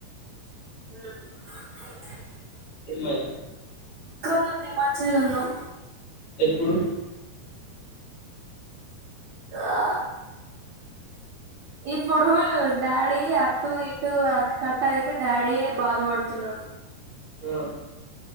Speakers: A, on the right; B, on the left.
A: మ్
B: ఇ ఎమ్ ఐ లా
A: కొందాం తే మంచిది కొందాం
B: ఎప్పుడు
A: ఆ.. ఇప్పుడు డాడీ అటు ఇటు కట్ట లేక డాడీ యే బాధపడుతున్నాడు
B: ఆ